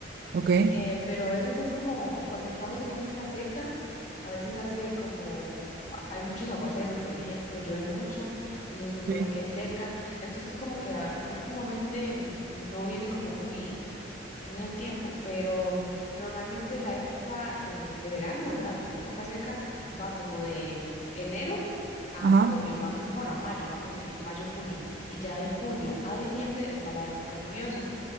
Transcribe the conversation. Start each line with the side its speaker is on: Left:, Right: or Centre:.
Right: ¿Ok?
Left: Eh, pero a veces es como cuando estamos en época seca, a veces hace como, a- hay muchos aguaceros, por ejemplo, llueve mucho cuando se supone
Right: Sí.
Left: que es seca, entonces como que ah, últimamente mm, no viene como muy muy al tiempo, pero normalmente la época eh, de verano, ¿verdad? La época seca va como de mm, enero a
Right: Ajá.
Left: junio, más o- bueno, a mayo más o menos, mayo, junio, y ya de junio a diciembre está la época lluviosa.